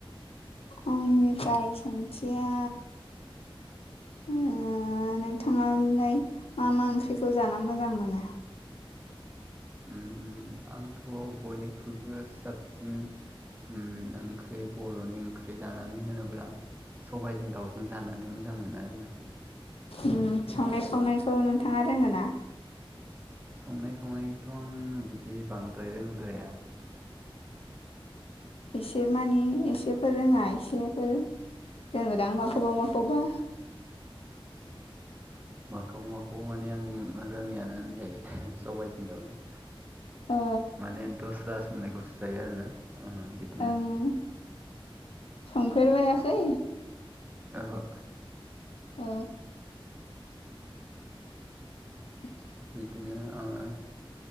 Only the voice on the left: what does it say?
आंनिफ्राय सोंथिया उम नोंथाङालाय मा मा ओंख्रिखौ जानो मोजां मोनो?
उम संनाय खावनायखौ नोंथाङा रोङोना?
एसे मानि एसेफोर रोङा एसेफोर रोङोदां माखौबा माखौबा?
ओ
ओं संफेरबायाखै?
ओ <inaudible>